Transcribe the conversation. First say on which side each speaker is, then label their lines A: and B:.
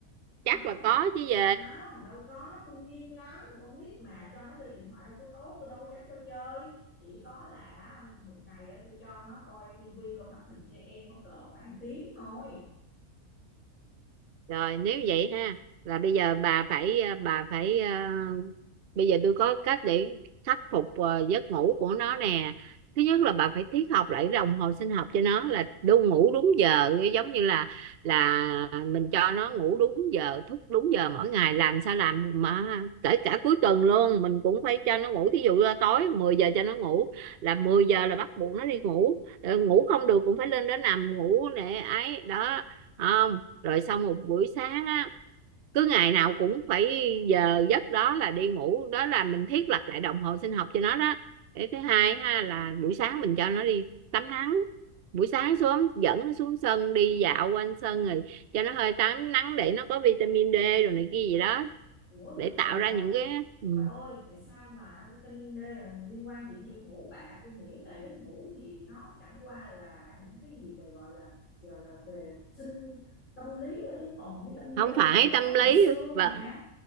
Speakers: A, on the left (about 70°); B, on the right (about 50°).
A: không
B: chắc là có chứ gì
A: không đâu có tôi nghiêm lắm con nít mà cho nó chơi điện thoại đâu có tốt tôi đâu có dám cho chơi chỉ có là một ngày á, tôi cho nó coi tivi coi hoạt hình cho em nó cỡ khoảng tiếng thôi
B: rồi nếu vậy ha là bây giờ bà phải ờ, bà phải ờ, bây giờ tôi có cách để khắc phục ờ, giấc ngủ của nó nè thứ nhất là bà phải thiết học lại cái đồng hồ sinh học cho nó là đu ngủ đúng giờ giống như là là mình cho nó ngủ đúng giờ thức đúng giờ mỗi ngày làm sao làm mà kể cả cuối tuần luôn mình cũng phải cho nó ngủ thí dụ là tối 10 giờ cho nó ngủ là mười giờ là bắt buộc nó đi ngủ Ờ, ngủ không được cũng phải lên đó nằm ngủ nè ấy đó À, rồi xong một buổi sáng á cứ ngày nào cũng phải giờ giấc đó là đi ngủ đó là mình thiết lập lại đồng hồ sinh học cho nó đó cái thứ hai ha là buổi sáng mình cho nó đi tắm nắng buổi sáng sớm dẫn nó xuống sân đi dạo quanh sân rồi cho nó hơi tắm nắng để nó có vitamin D rồi này kia gì đó
A: Ủa
B: để
A: từ
B: tạo
A: từ
B: ra
A: bà
B: những cái ừ.
A: Bà ơi, tại sao mà vitamin D là liên quan gì đến giấc ngủ bà? Tôi nghĩ là giấc ngủ thì nó chẳng qua là những cái gì về gọi là gọi là về sinh tâm lý thôi chứ còn vitamin
B: không
A: D là
B: phải
A: để
B: tâm
A: phát
B: lý
A: triển xương
B: vợ
A: mà.